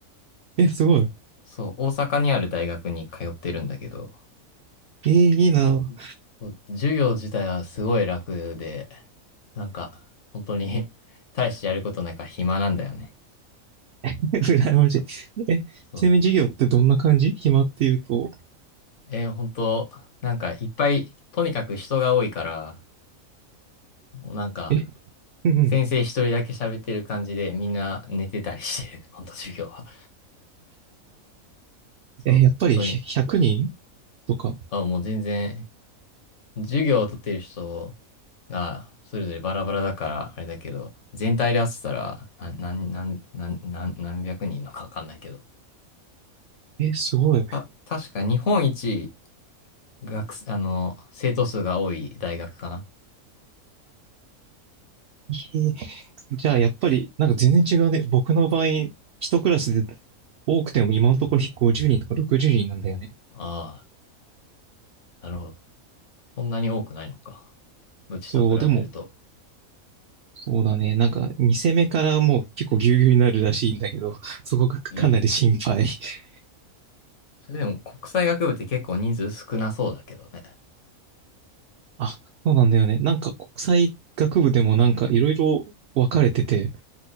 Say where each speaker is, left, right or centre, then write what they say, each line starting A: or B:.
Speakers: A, on the right; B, on the left.
A: え、すごい。
B: そう、大阪にある大学に通ってるんだけど、
A: えーいいな。
B: うんそう授業自体はすごい楽で、なんか、本当に <laughs> 大してやることないから暇なんだよね。
A: <laughs> 羨ましい。え、
B: そう。
A: ちなみに授業ってどんな感じ暇っていうと。
B: えー、本当、なんかいっぱい、とにかく人が多いから、なんか、
A: え、うんうん。
B: 先生一人だけ喋ってる感じでみんな寝てたりしてる、本当授業は。そう、
A: えーやっぱりひ100人
B: 本当に。
A: とか。
B: あ、もう全然授業を取っている人が、それぞれバラバラだから、あれだけど、全体で合っせたら、な、なん、なん、なん、なん何百人のかわかんないけど。
A: え、すごい。え
B: た、確か日本一学生、あの、生徒数が多い大学かな。
A: ーじゃあやっぱり、なんか全然違うね。僕の場合、一クラスで多くても今のところ50人とか60人なんだよね。
B: ああ、なるほど。そんなに多くないのか。うちと比べると。
A: そう、でも、そうだね。なんか、2戦目からもう結構ギュうギュうになるらしいんだけど、<laughs> そこがかなり心配。
B: ええ。
A: <laughs>
B: それでも国際学部って結構人数少なそうだけどね。
A: あ、そうなんだよね。なんか国際学部でもなんかいろいろ分かれてて、